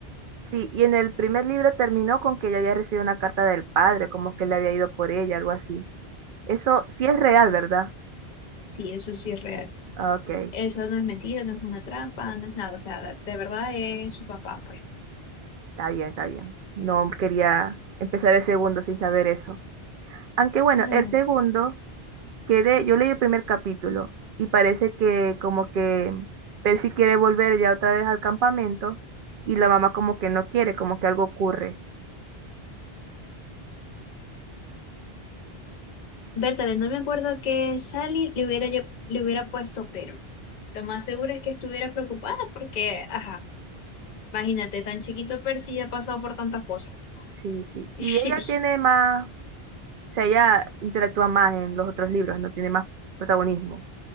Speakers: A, on the right (about 60°); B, on the left (about 55°).
A: Sí, y en el primer libro terminó con que ella había recibido una carta del padre, como que le había ido por ella, algo así. Eso
B: S-
A: sí es real, ¿verdad?
B: Sí, eso sí es real.
A: Ah, Ok,
B: Eso no es mentira, no es una trampa, no es nada. O sea, de, de verdad es su papá, pues.
A: está bien, está bien. No quería empezar el segundo sin saber eso. Aunque bueno,
B: No.
A: el segundo quedé, yo leí el primer capítulo y parece que como que Percy quiere volver ya otra vez al campamento y la mamá como que no quiere, como que algo ocurre.
B: Bertale, no me acuerdo que Sally le hubiera, lle- le hubiera puesto pero. Lo más seguro es que estuviera preocupada porque, ajá, imagínate, tan chiquito Percy ya ha pasado por tantas cosas.
A: Sí, sí.
B: <laughs>
A: Y ella tiene más, o sea, ella interactúa más en los otros libros, no tiene más protagonismo.